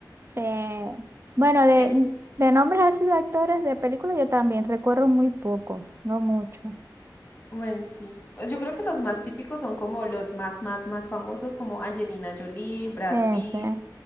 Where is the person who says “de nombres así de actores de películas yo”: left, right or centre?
Right